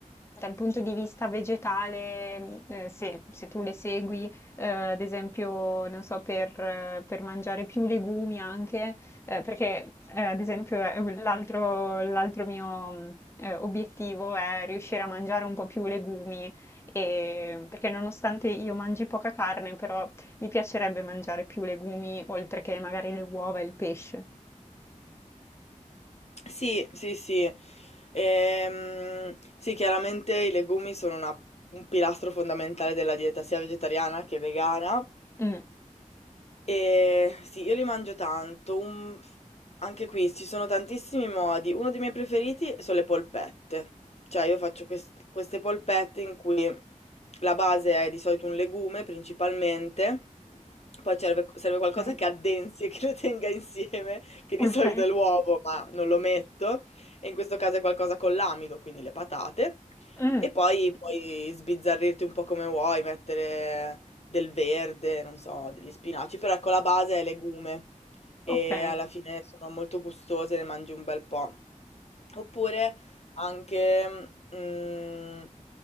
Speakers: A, on the left (about 20°); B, on the left (about 50°).
A: dal punto di vista vegetale, mm, eh, se, se tu le segui, eh, ad esempio, non so, per, eh, per mangiare più legumi anche, eh, perché eh, ad esempio è un- l'altro l'altro mio mm, eh, obiettivo è riuscire a mangiare un po' più legumi e- perché nonostante io mangi poca carne, però mi piacerebbe mangiare più legumi, oltre che magari le uova e il pesce.
B: Sì, sì, sì. Ehm, sì, chiaramente i legumi sono una- un pilastro fondamentale della dieta sia vegetariana che vegana.
A: Mm,
B: E sì, io li mangio tanto. un- Anche qui ci sono tantissimi modi. Uno dei miei preferiti sono le polpette. Cioè, io faccio quest- queste polpette in cui la base è di solito un legume principalmente. Poi serve, serve qualcosa
A: ok.
B: che addensi e che le tenga insieme, che di
A: Ok.
B: solito è l'uovo, ma non lo metto. E in questo caso è qualcosa con l'amido, quindi le patate.
A: Mm,
B: E poi puoi sbizzarrirti un po' come vuoi, mettere del verde, non so, degli spinaci, però ecco la base è legume e
A: ok. Eh,
B: alla fine sono molto gustose, ne mangi un bel po'. Oppure anche mm,